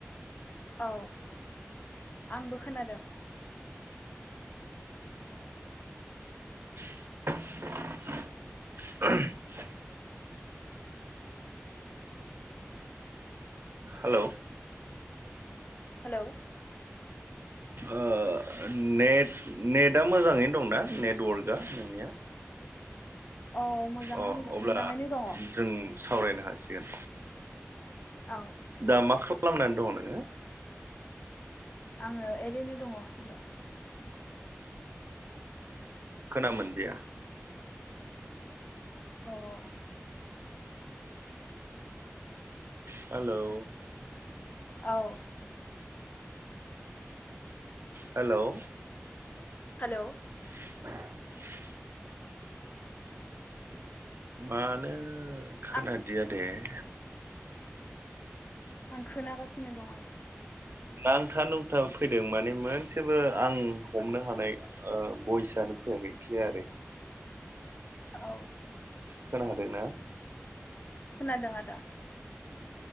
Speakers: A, on the left (about 35°); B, on the right (about 55°).
A: औ। आंबो खोनादों।
B: <inaudible> <inaudible> हेलौ।
A: हेलौ।
B: ओ नेट नेटआ मोजाङैनो दंना नेटवर्कआ नोंनिया?
A: औ मोजाङानो
B: अ' अब्ला
A: मोजाङैनो दङ
B: जों सावरायनो हासिगोन।
A: औ
B: दा मा खा खालामनानै दङ नोङो?
A: आङो ओरैनो दङ आदा।
B: खोना मोनदिया।
A: अ'।
B: हेलौ।
A: औ।
B: हेलौ।
A: हेलौ।
B: <inaudible> मानो खोनादिया
A: आं
B: दे। <inaudible>
A: आं खोनागासिनो दङ।
B: नांथा नुंथा फैदों माने मोनसेबो आं हमनो हानाय ओ बइसानो फैयाखै क्लियारै।
A: औ।
B: खोनादोंना।
A: खोनादों आदा।